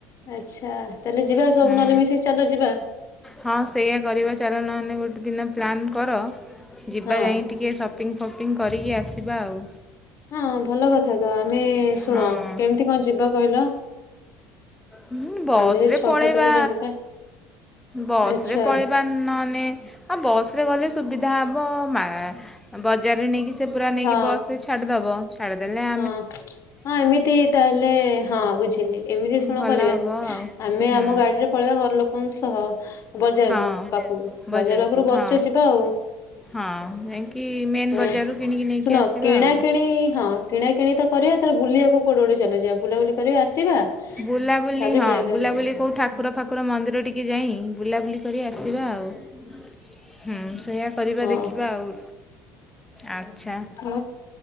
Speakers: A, on the left; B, in the centre.
A: ଆଚ୍ଛା ତାହେଲେ ଯିବା ସବୁ
B: ହୁଁ
A: ନହେଲେ ମିଶିକି ଚାଲ ଯିବା।
B: ହଁ ସେଇୟା କରିବା ଚାଲ ନହେଲେ ନାହିଁ ଗୋଟେ ଦିନ ପ୍ଲାନ୍ କର ଯିବା
A: ହଁ।
B: ଯାଇ ଟିକେ ସପ୍ ସପିଙ୍ଗି ଫପିଙ୍ଗି କରିକି ଆସିବା ଆଉ।
A: ହଁ ଭଲ କଥା ତ ଆମେ ଶୁଣ
B: ହଁ
A: କେମିତି କଣ ଯିବା କହିଲ?
B: ହୁଁ ବସ୍
A: ଆମେ ଯଦି
B: ରେ
A: ଛଅ
B: ପଳେଇବା
A: ସାତ ଜଣ ଯିବା
B: ବସ୍
A: ଆଚ୍ଛା
B: ରେ ପଳେଇବା। ନାହେଲେ ହଁ ବସ୍ ରେ ଗଲେ ସୁବିଧା ହବ ମାର୍ ବଜାରରେ ନେଇକି ପୁରା ନେଇକି
A: ହଁ
B: ବସ୍ ଯଦି ଛାଡିଦବ ଛାଡିଦେଲେ ଆହୁରି ବଢ଼ିଆ।
A: ହଁ ହଁ ଏମିତି ତାହେଲେ ହଁ ବୁଝିଲି ଏମିତି କଣ
B: ଭଲ
A: କରିବା
B: ହେବ ଆଉ
A: ଆମେ
B: ହୁଁ
A: ଆମ ଗାଡ଼ିରେ ପଳେଇବା ଘର ଲୋକଙ୍କୁ ଓଃ ହୋ ବଜାରରୁ
B: ହଁ
A: ପାଖକୁ
B: ବଜାରକୁ
A: ବଜାର ଉପରୁ ବସ୍
B: ହଁ
A: ରେ ଯିବା ଆଉ।
B: ହଁ ଯାଇକି ମେନ୍
A: ହୁଁ
B: ବଜାରରୁ କିଣିକି ନେଇକି
A: ଶୁଣ
B: ଆସିବା
A: କିଣା
B: ଆଉ
A: କିିଣି ହଁ। କିଣା କିଣି ତ କରିବା ଚାଲ ବୁଲିବାକୁ କୋଉଠି କୁ ଗୋଟେ ଚାଲ ଯିବା। ବୁଲା ବୁଲି କରିବା ଆସିବା ତାପରେ
B: ବୁଲାବୁଲି ହଁ
A: କିଣାକିଣି
B: ବୁଲାବୁଲି
A: କରିବା।
B: କେଉଁ ଠାକୁର ଫାକୁର ମନ୍ଦିର ଟିକେ ଯାଇ ବୁଲାବୁଲି କରି ଆସିବା ଆଉ। ହୁଁ ସେଇୟା କରିବା
A: ହଁ
B: ଦେଖିବା ଆଉ ଆଚ୍ଛା।
A: ହଁ।